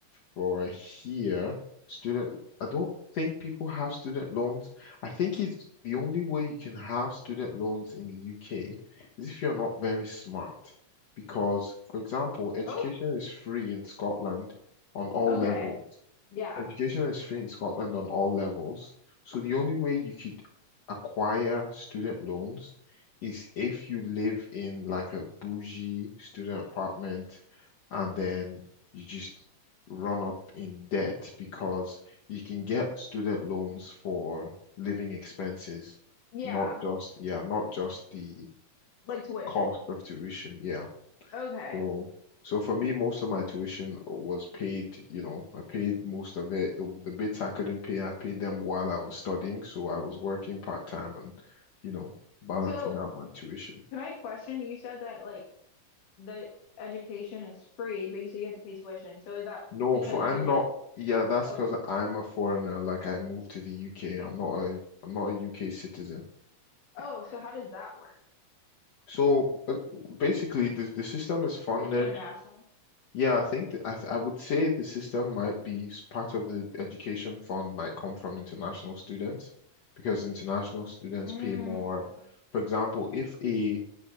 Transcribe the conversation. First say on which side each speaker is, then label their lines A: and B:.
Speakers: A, on the left; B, on the left.
A: for here, student, I don't think people have student loans. I think it's the only way you can have student loans in the UK is if you're not very smart. Because, for example, education
B: oh,
A: is free in Scotland on all
B: okay.
A: levels.
B: Yeah.
A: Education is free in Scotland on all levels. So the only way you could acquire student loans is if you live in like a bougie student apartment and then you just run up in debt because you can get student loans for living expenses,
B: Yeah,
A: not just, yeah, not just the
B: like tuition.
A: cost of tuition. Yeah.
B: Okay.
A: So, So for me, most of my tuition was paid, you know, I paid most of it. The, the bits I couldn't pay, I paid them while I was studying. So I was working part-time and, you know, balancing
B: So,
A: out my tuition.
B: can I question? You said that like the education is free, but you said you have to pay tuition. So, is that
A: No,
B: because
A: so I'm
B: you
A: not,
B: like,
A: yeah, that's
B: okay.
A: because I'm a foreigner. Like I moved to the UK. I'm not a, I'm not a UK citizen.
B: Oh, so how does that work?
A: So uh, basically the, the system is funded
B: Like international?
A: Yeah, I think th I th- I would say the system might be s- part of the education fund might come from international students because international students
B: Mm.
A: pay more. For example, if a